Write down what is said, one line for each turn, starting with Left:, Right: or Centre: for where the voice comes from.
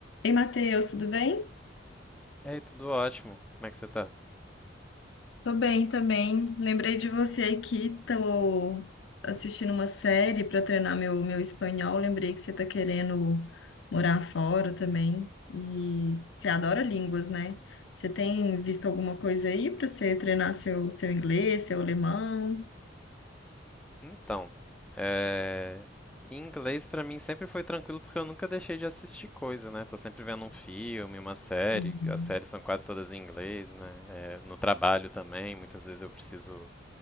Left: Ei, Matheus, tudo bem?
Centre: E aí, tudo ótimo? Como é que você tá?
Left: Tô bem também. Lembrei de você aqui, tô assistindo uma série para treinar meu, meu espanhol. Lembrei que você tá querendo morar fora também. E você adora línguas, né? Você tem visto alguma coisa aí para você treinar seu, seu inglês, seu alemão?
Centre: Então, é... em inglês pra mim sempre foi tranquilo porque eu nunca deixei de assistir coisa, né? Tô sempre vendo um filme, uma série.
Left: Uhum,
Centre: As séries são quase todas em inglês, né? É, no trabalho também, muitas vezes eu preciso,